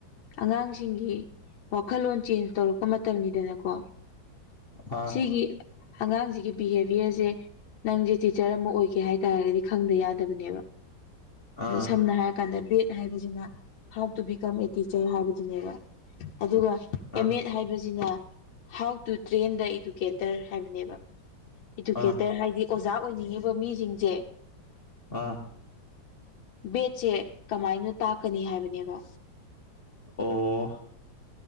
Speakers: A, on the left; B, on the left.
A: ꯑꯉꯥꯡꯁꯤꯡꯒꯤ ꯋꯥꯈꯜꯂꯣꯟ ꯆꯦꯟꯖ ꯇꯧꯔꯛꯄ ꯃꯇꯝꯅꯤꯗꯅꯀꯣ
B: ꯑꯥ
A: ꯁꯤꯒꯤ ꯑꯉꯥꯡꯁꯤꯒꯤ ꯕꯤꯍꯦꯕꯤꯌꯔꯁꯦ ꯅꯪꯁꯦ ꯇꯤꯆꯔ ꯑꯃ ꯑꯣꯏꯒꯦ ꯍꯥꯏꯇꯥꯔꯒꯗꯤ ꯈꯪꯗ ꯌꯥꯗꯕꯅꯦꯕ
B: ꯑꯥ
A: ꯑꯗꯣ ꯁꯝꯅ ꯍꯥꯏꯔꯀꯥꯟꯗ ꯕꯤ ꯍꯥꯏꯕꯁꯤꯅ how to become a teacher ꯍꯥꯏꯕꯗꯨꯅꯦꯕ ꯑꯗꯨꯒ
B: ꯑꯥ
A: ꯑꯦꯝ ꯑꯦꯠ ꯍꯥꯏꯕꯁꯤꯅ how to train the educator ꯍꯥꯏꯕꯅꯦꯕ ꯏꯗꯨꯀꯦꯇꯔ
B: ꯑꯥ
A: ꯍꯥꯏꯗꯤ ꯑꯣꯖꯥ ꯑꯣꯏꯅꯤꯡꯉꯤꯕ ꯃꯤꯁꯤꯡꯁꯦ
B: ꯑꯥ
A: ꯕꯦꯠꯁꯦ ꯀꯃꯥꯏꯅ ꯇꯥꯛꯀꯅꯤ ꯍꯥꯏꯕꯅꯦꯕ
B: ꯑꯣ ꯑꯣ